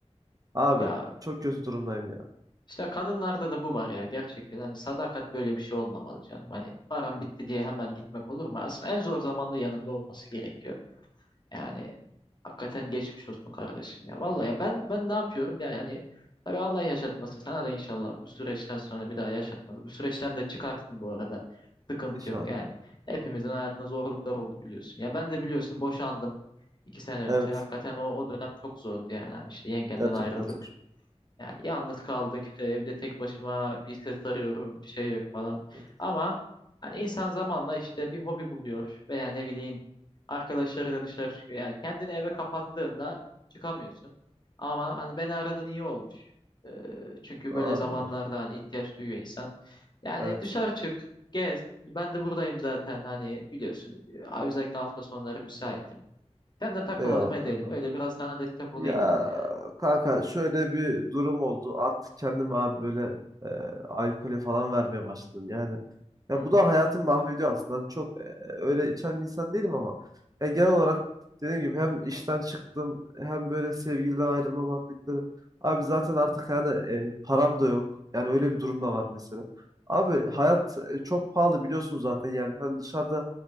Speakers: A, on the right; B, on the left.
A: Abi
B: Ya
A: çok kötü durumdayım ya.
B: işte kadınlarda da bu var ya gerçekten. Hani sadakat böyle bir şey olmamalı canım. Hani param bitti diye hemen gitmek olur mu? Aslında en zor zamanda yanında olması gerekiyor. Yani hakikaten geçmiş olsun kardeşim ya. Vallahi ya ben ben ne yapıyorum ya yani tabii Allah yaşatmasın. Sana da inşallah bu süreçten sonra bir daha yaşatmaz. Bu süreçten de çıkarsın bu arada. Sıkıntı
A: İnşallah
B: yok yani.
A: kanka.
B: Hepimizin hayatında zorluklar oldu biliyorsun. Ya ben de biliyorsun boşandım iki sene önce.
A: Evet.
B: Hakikaten o, o dönem çok zordu yani. Hani işte yengenden
A: Gerçekten
B: ayrıldık.
A: zor.
B: Yani yalnız kaldık işte evde tek başıma bir ses arıyorum bir şey yok falan.
A: Evet,
B: Ama hani insan zamanla işte bir hobi buluyor veya ne bileyim arkadaşlarıyla dışarı çıkıyor. Yani kendini eve kapattığında çıkamıyorsun. Ama hani beni aradığın iyi olmuş. Ee, çünkü
A: Doğru
B: böyle zamanlarda
A: doğru.
B: hani ihtiyaç duyuyor insan. Yani
A: Evet.
B: dışarı çık, gez. Ben de buradayım zaten hani biliyorsun. Ee, Özellikle hafta sonları müsaitim. Sen de takılalım
A: Eyvallah
B: edelim.
A: kanka.
B: Öyle biraz sana destek olayım
A: Ya
B: ben yani.
A: kanka şöyle bir durum oldu. Artık kendim abi böyle e, alkole falan vermeye başladım. Yani ya
B: Hmm.
A: bu da hayatımı mahvediyor aslında. Hani çok e, öyle içen bir insan değilim ama ya genel olarak dediğim gibi hem işten çıktım hem böyle sevgiliden ayrılma muhabbetleri. Abi zaten artık yani e, param da yok. Yani öyle bir durum da var mesela. Abi hayat e, çok pahalı biliyorsun zaten yani. Hani dışarıda